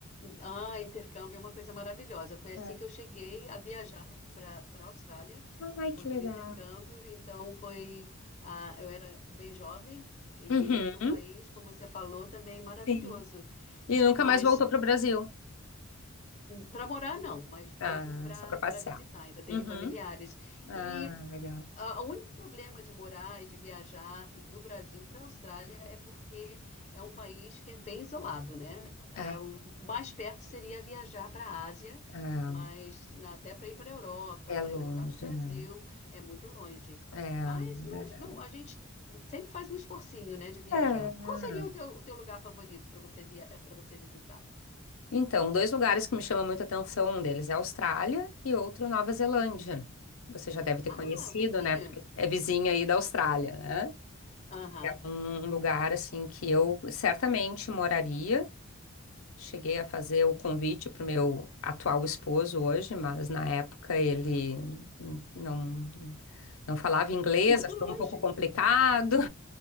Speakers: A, on the left; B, on the left.
A: Ah, intercâmbio é uma coisa maravilhosa. Foi assim
B: É.
A: que eu cheguei a viajar para para a Austrália.
B: Ai,
A: Foi
B: que
A: por
B: legal.
A: intercâmbio, então foi. ah, eu era bem jovem e
B: Uhum,
A: vim para um país, como você falou, também maravilhoso.
B: sim. E nunca
A: Mas
B: mais voltou para o Brasil.
A: para morar, não, mas volto
B: Ah,
A: para
B: só para passear.
A: para visitar, ainda tenho
B: Uhum.
A: familiares.
B: Ah,
A: E
B: legal.
A: ah, O único problema de morar e de viajar do Brasil para a Austrália é porque é um país que é bem isolado, né? Ah,
B: Ah,
A: O mais perto seria viajar para a Ásia,
B: ah,
A: mas até para ir para a Europa,
B: é
A: para
B: longe,
A: ir voltar para o Brasil,
B: né?
A: é muito longe.
B: É,
A: Mas não-
B: verdade.
A: não- a gente sempre faz um esforcinho, né, de viajar.
B: É.
A: Qual seria o teu, o teu lugar favorito para você via, para você visitar?
B: Então, dois lugares que me chamam muita atenção, um deles é a Austrália e outro Nova Zelândia. Você já deve ter
A: Ah,
B: conhecido,
A: o vizinho.
B: né? Porque é vizinha aí da Austrália, né?
A: Aham.
B: É um um lugar assim que eu certamente moraria. Cheguei a fazer o convite para o meu atual esposo hoje, mas na época ele hum, não não falava inglês,
A: É Muito
B: achou
A: longe.
B: um pouco complicado.